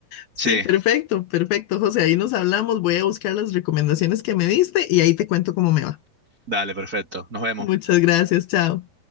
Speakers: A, on the left; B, on the right.
A: Sí,
B: sí,
A: perfecto, perfecto, José. Ahí nos hablamos. Voy a buscar las recomendaciones que me diste y ahí te cuento cómo me va.
B: dale, perfecto. Nos vemos.
A: Muchas gracias, chao.